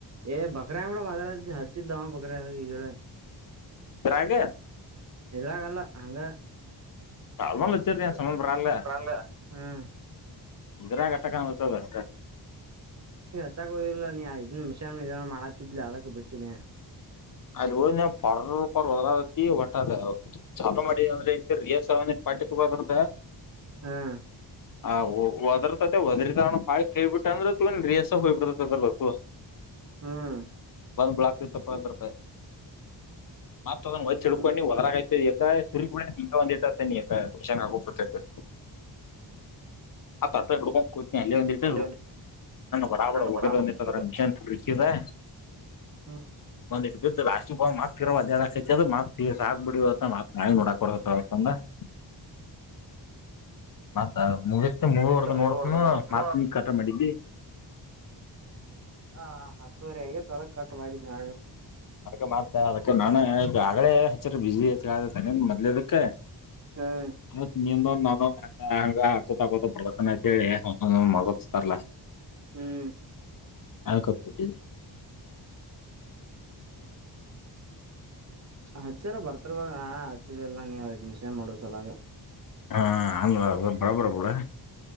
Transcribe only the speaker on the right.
ಏ ಬಕ್ರ ಕೂಡ ಮಾತಾಡಕತ್ತಿದೆ ಹಚ್ಚಿದ್ದಾವ ಬಕ್ರ ಹೇಳು
ಇದರಾಗಲ್ಲ ಹಂಗ
ಅವಳ
ಸರಿನ್್ರಲ್ಲ್ಮ
<unintelligible>
ಹಚ್ಚಕ್ ಹೋಗಿಲ ನೀ ಆ ಇದನ್ ಮಿಷನಿ ಏನ ಮಾಡತಿದ್ಲಿ ಅದಕ್ಕೆ ಬಿಟ್ಟಿನೆ.
ಹ್ಮ್
ಹ್ಮ್
ಹ್ಮ್ ಹ್ಮ್
ಅಲ್ಲೇ ಒಂದ
ನನ್ನ
ಬಡ
ಹ್ಮ್
ರಾಜಕುಮಾರ್
<unintelligible>
ನೋಡತೂ
ಹಾ ಹತ್ತುವರೆ ಆಗೈತ್ತೆ ಅದಕ್ ಕಟ್ ಮಾಡಿದಿನಿ ಅಲ್
ಹ್ಮ್
ಹ್ಮ್
ಹಚ್ಚಾರ ಬರ್ತರ್ವ ನಾ ಹಚ್ಚಿದ ಎಲ್ಲ ನೀಯತ ಮಿಷನ್ ಮಾಡೋ ಸೊಲಾಗ.